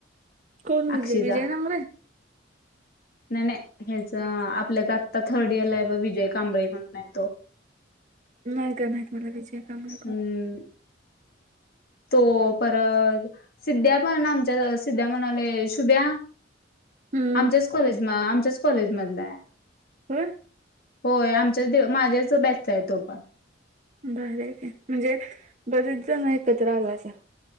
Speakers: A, on the right; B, on the left.
A: कोण विजय
B: अक्षीचा
A: विजय नागरे?
B: नाही नाही हेचं आपल्या आताचं थर्ड इयरला हाय ब विजय कांबळे म्हणून आहे तो
A: नाही काय माहीत मला विजय कांबळे
B: हम्म
A: कोण
B: तो परत सिध्या पण आमच्याच वर्गात सिद्ध्या म्हणालोय शुभ्या
A: हम्म
B: आमच्याच कॉलेज म आमच्याच कॉलेज मधल हाय
A: व्हयं
B: होय आमच्याच, माझ्याच बॅचचा हाय तो पण
A: भारी हाय काय, म्हणजे बरेच जण एकत्र आलासा